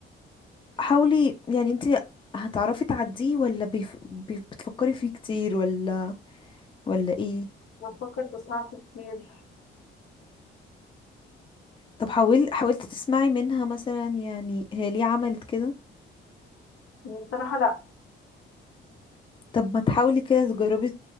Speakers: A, on the left; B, on the left.
A: حاولي يعني انت هتعرفي تعديه ولا بيف... بي- بتفكري فيه كتير ولا ولا ايه
B: بفكر بصراحة كتير
A: طب حاول حاولت تسمعي منها مثلا يعني هي ليه عملت كده
B: بصراحة لا
A: طب ما تحاولي كده تجربي